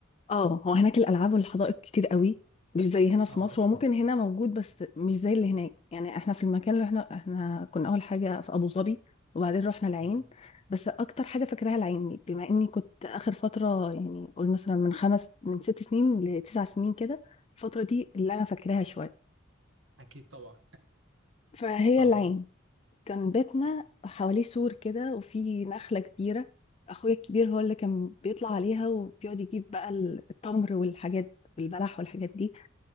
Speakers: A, on the left; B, on the right.
A: اه هو هناك الالعاب والحدائق كتير قوي مش زي هنا في
B: اه
A: مصر هو ممكن هنا موجود بس مش زي اللي هناك يعني احنا في المكان اللي احنا احنا كنا اول حاجه في ابو ظبي وبعدين رحنا العين
B: مم.
A: بس اكتر حاجه فاكراها العين بما اني كنت اخر فتره يعني قول مثلا من خمس من ست سنين لتسع سنين كده الفتره دي اللي انا فاكراها شويه
B: اكيد طبعا
A: فهي
B: هو
A: العين كان بيتنا حواليه سور كده وفي نخله كبيره اخويا الكبير هو اللي كان بيطلع عليها وبيقعد يجيب بقى التمر والحاجات والبلح والحاجات دي